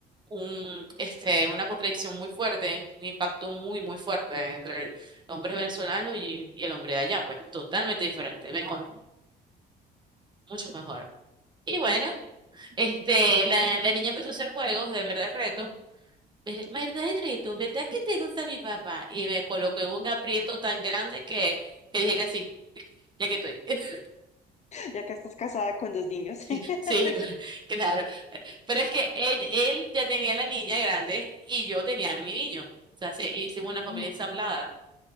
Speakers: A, on the right (about 25°); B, on the left (about 40°).
A: un, este, una contradicción muy fuerte, un impacto muy, muy fuerte entre el hombre venezolano y, y el hombre de allá, pues totalmente diferente, mejor, mucho mejor. Y bueno, este, la, la niña empezó a hacer juegos de verdad y reto. Ve- ¿Verdad y reto? ¿Verdad que te gusta mi papá? Y me colocó en un aprieto tan grande que, que dije que sí, ya que estoy. <laughs>
B: <laughs> Ya que estás casada con dos niños.
A: Sí, sí,
B: <laughs>
A: <laughs> claro. Pero es que él, él ya tenía la niña grande y yo tenía a mi niño. O sea, se hicimos
B: Mm,
A: una familia ensamblada.